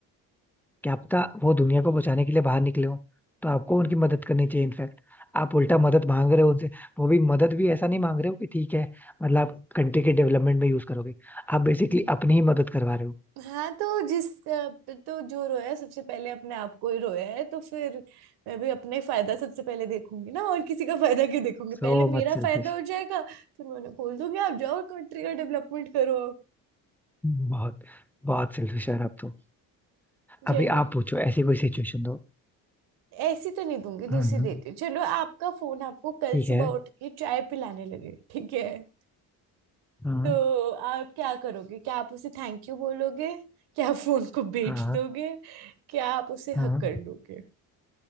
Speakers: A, in the centre; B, on the right (about 75°).
A: क्या पता वो दुनिया को बचाने के लिए बाहर निकले हो तो आपको उनकी मदद करनी चाहिए इनफैक्ट आप उल्टा मदद मांग रहे हो उनसे वो भी मदद भी ऐसा नहीं मांग रहे हो कि ठीक है मतलब आप कंट्री के डेवलपमेंट में यूज करोगे आप बेसिकली अपनी ही मदद करवा रहे हो
B: हाँ तो जिस तो जो रोया सबसे पहले अपने आप को ही रोया है तो फिर मैं भी अपने फायदा सबसे पहले देखूंगी ना और किसी का फायदा क्यों देखूंगी
A: सो
B: पहले मेरा
A: मच सेल्फिश
B: फायदा हो जाएगा फिर मैं उन्हें बोल दूंगी आप जाओ कंट्री का डेवलपमेंट करो
A: बहुत बहुत सेल्फिश यार आप तो
B: चलो
A: अभी आप पूछो ऐसी कोई सिचुएशन दो
B: ऐसी तो नहीं दूंगी
A: हम्म,
B: दूसरी देती हूँ। चलो आपका फोन आपको कल
A: ठीक
B: सुबह
A: है
B: उठ के चाय पिलाने लगे ठीक है
A: हाँ
B: तो आप क्या करोगे क्या आप उसे थैंक यू बोलोगे क्या आप फोन को बेच
A: हाँ
B: दोगे क्या आप उसे
A: हाँ
B: हक कर लोगे